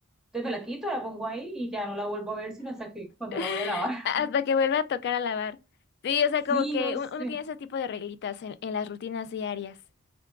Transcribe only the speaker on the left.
<laughs>
Hasta
que vuelva a tocar a lavar. Sí, o sea,
como que
un-
uno tiene ese tipo de reglitas en, en las rutinas diarias.